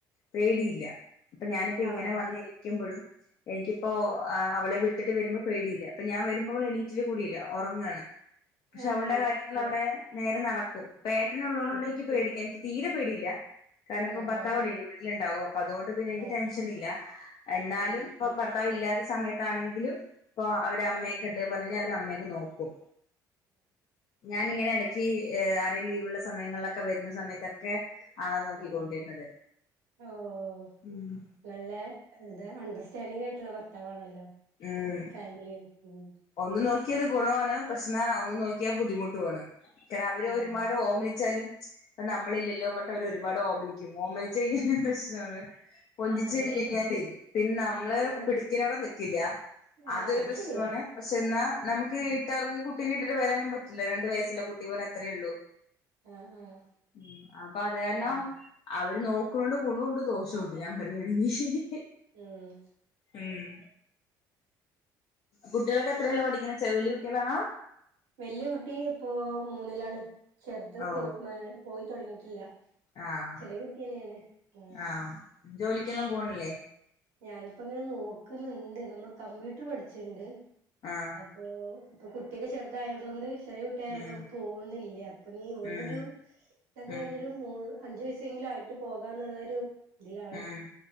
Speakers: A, on the left (about 50°); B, on the right (about 75°).
A: പേടിയില്ല അപ്പൊ ഞാനിപ്പോ ഇങ്ങനെ
B: ആഹ്
A: വന്നിരി ക്കുമ്പോഴും എനിക്കിപ്പോ അവളെ വിട്ടിട്ട് വരുംമ്പോ പേടിയില്ല അപ്പൊ ഞാൻ വരുമ്പോ അവള് എണീറ്റിട്ട് കൂടിയില്ല ഉറങ്ങാണ് പക്ഷെ
B: ആഹ്
A: അവൾടെ കാര്യങ്ങൾ അവിടെ നേരെ നടക്കും ഇപ്പ ഏട്ടനുളളതോണ്ടെനിക്ക്
B: ഉം
A: പേടിക്കാൻ എനിക്ക് തീരെ പേടിയില്ല കാരണം
B: ഉം
A: ഇപ്പ ഭർത്താവ് അവിടെ വീട്ടിലുണ്ടാവും അപ്പൊ അതോണ്ട് ഇപ്പം പിന്നെനിക്ക്
B: ഉം
A: ടെൻഷൻ ഇല്ല എന്നാലും
B: ഉം
A: ഇപ്പൊ ഭർത്താവ് ഇല്ലാത്ത സമയത്താണെങ്കിലും ഇപ്പൊ അവര് അമ്മയൊക്കെ ഇണ്ട് പറഞ്ഞ് കഴിഞ്ഞാൽ അവർടെ അമ്മയൊക്കെ നോക്കും ഞാനിങ്ങനെ എട ക്കീ ഏഹ് ആരേം ലീവുള്ള സമയങ്ങളിലൊക്കെ വരുന്ന സമയത്തൊക്കെ ആളാ നോക്കിക്കൊണ്ടിരുന്നത്
B: ഉം ഓഹ്
A: ഉം
B: നല്ല എഹ് എന്താ അണ്ടർസ്റ്റാൻഡിങ് ആയിട്ടുള്ള ഭർത്താവ് ആണല്ലോ
A: ഉം
B: ഫാമിലിയും ഉം
A: ഒന്ന് നോക്കിയത് ഗുണവാണ് പക്ഷെന്നാ ഒന്ന് നോക്കിയാ ബുദ്ധിമുട്ടുവാണ് ക്ടാവിനെ
B: ആഹ്
A: ഒരുമാട് ഓമനിച്ചാലും ച് പ്പ ന്നമ്മളില്ലല്ലോ പർട്ട് അവര് ഒരുപാട് ഓമനി ക്കും ഓമനിച്ച് കഴിഞ്ഞെഴിഞ്ഞാ പ്രശ്നാണ് കൊഞ്ചിച്ച്
B: ആഹ് അതെ
A: കഴിഞ്ഞഴിഞ്ഞാലെ പിന്നെ നമ്മള്
B: ആഹ് ആഹ്
A: പിടിക്കനോടെ നിക്കില്യ അതൊരു
B: ആഹ് അത്
A: പ്രശ്നമാണ്,
B: ശരിയാ
A: പക്ഷെ ന്നാ
B: ആഹ്
A: നമുക്ക് ഇട്ടറിഞ്ഞ് കുട്ടീന് ഇട്ടിട്ട് വരാനും പറ്റില്ല രണ്ടു വയസ് ച്ചില്ല കുട്ടി പോലെ അത്രേ ഉള്ളു,
B: ആഹ് ആഹ്
A: ഉം അപ്പത് കാരണം
B: ഉം
A: അവര് നോക്ക്ണോണ്ട് ഗുണോണ്ട് ദോഷോണ്ട് ഞാൻ പറയാണെങ്കി
B: ഉം
A: ഉം കുട്ട്യാളക്കെ എത്രേലാ പഠിക്കന്നെ ചെവല്ല്യ കുട്ട്യാളാണോ
B: വെല്യ കുട്ടി പ്പോ മൂന്നിലാണ് ചെർത്
A: ഓ
B: പോയി എഹ് പോയി തൊടങ്ങീട്ടില്ല
A: ആഹ്
B: ചെറ്യേ കുട്ട്യന്നേണ് ഉം
A: ആഹ് ജോലിക്കൊന്നും പോണ്ല്ലേ
B: ഞാനിപ്പങ്ങനെ നോക്കുന്നുണ്ട് നമ്മള് കമ്പ്യൂട്ടർ പഠിച്ചിണ്ട്.
A: ആഹ്.
B: ഉം പ്പ കുട്യക്കെ ചെർതായതോണ്ട് ചെറ്യേ കു - ട്ട്യായതുകൊണ്ട്
A: ഉം
B: പോവുന്നില്യാ അപ്പൊ ന്നി ഓനൊരു
A: ഉം
B: തൊക്കെ കയ്ഞ്ഞിട്ട്
A: ഉം
B: മൂ അഞ്ച് വയസ് സെങ്കിലു ആയിട്ട് പോകാന്ന്ള്ളെരു തിലാണ്,
A: ഉം